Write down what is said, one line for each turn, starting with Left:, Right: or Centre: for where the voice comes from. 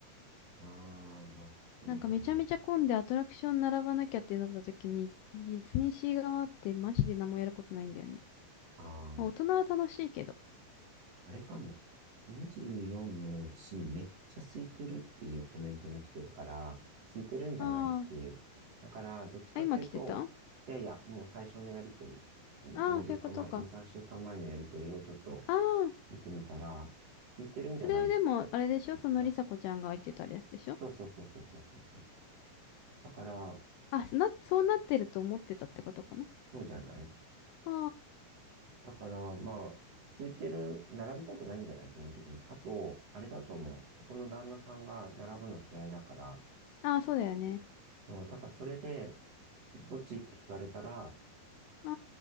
Right: ああ、まあそうだね。
Left: なんかめちゃめちゃ混んでアトラクション並ばなきゃってなった時に、ディズニーシー側ってマジで何もやることないんだよね。
Right: ああ、
Left: まあ、大人は楽しいけど。
Right: あれかも。24の C めっちゃ空いてるっていうコメントも来てるから、空いてるんじゃないっていう。
Left: あー
Right: だから、どっちかっていうと、
Left: あ、今来てた
Right: いやいや、もう最初のやりとり、もうずっと前、
Left: ああー、そういうことか。
Right: 2、3週間前のやりとりをちょっと
Left: ああ、
Right: 見てみたら、空いてるんじゃないって言ってたから。
Left: それはでも、あれでしょそのりさこちゃんが言ってたやつでしょ
Right: そうそうそうそうそうそうそう。だから、
Left: あ、な、そうなってると思ってたってことかな
Right: そうじゃない
Left: あ
Right: だから、まあ、空いてる、並びたくないんじゃない基本的に。あと、あれだと思う。ここの旦那さんが並ぶの嫌いだから、
Left: あ、ああ、そうだよね。
Right: そう、だからそれで、どっちって聞かれたら
Left: あ